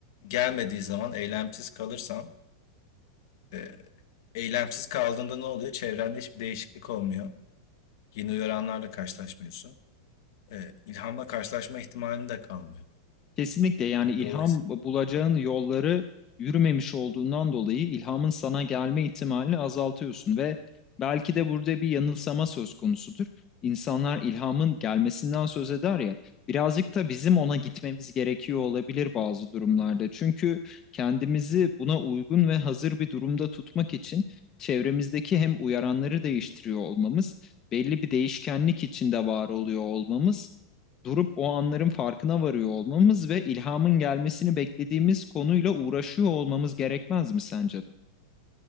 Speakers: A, on the left; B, on the left.
A: gelmediği zaman eylemsiz kalırsan, eee, eylemsiz kaldığında ne oluyor? Çevrende hiçbir değişiklik olmuyor. Yeni uyaranlarla karşılaşmıyorsun. Eee, ilhamla karşılaşma ihtimalin de kalmıyor.
B: Kesinlikle yani
A: Yani,
B: ilham
A: dolayısıyla
B: bulacağın yolları yürümemiş olduğundan dolayı ilhamın sana gelme ihtimalini azaltıyorsun ve belki de burada bir yanılsama söz konusudur. İnsanlar ilhamın gelmesinden söz eder ya, birazcık da bizim ona gitmemiz gerekiyor olabilir bazı durumlarda. Çünkü kendimizi buna uygun ve hazır bir durumda tutmak için çevremizdeki hem uyaranları değiştiriyor olmamız, belli bir değişkenlik içinde var oluyor olmamız durup o anların farkına varıyor olmamız ve ilhamın gelmesini beklediğimiz konuyla uğraşıyor olmamız gerekmez mi sence de?